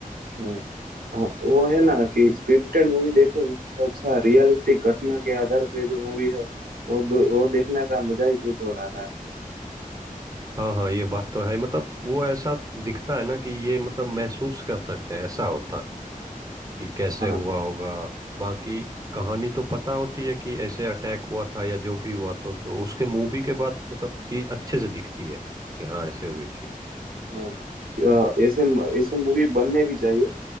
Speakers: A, on the right; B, on the right.
A: हाँ हाँ वो है ना कि स्क्रिप्टेड मूवी देखें उससे अच्छा रियलिस्टिक घटना के आधार पे जो मूवी है वो दो, वो देखने का मजा ही कुछ और आता है
B: हाँ हाँ ये बात तो है मतलब वो ऐसा दिखता है ना कि ये मतलब महसूस कर सकते हैं ऐसा होता कि कैसे
A: हाँ हाँ
B: हुआ होगा बाकी कहानी तो पता होती है कि ऐसे अटैक हुआ था या जो भी हुआ तो, तो उसके मूवी के बाद मतलब चीज अच्छे से दिखती है कि हाँ ऐसे हुई थी
A: हाँ अ, ऐसे ऐसे मूवी बनने भी चाहिए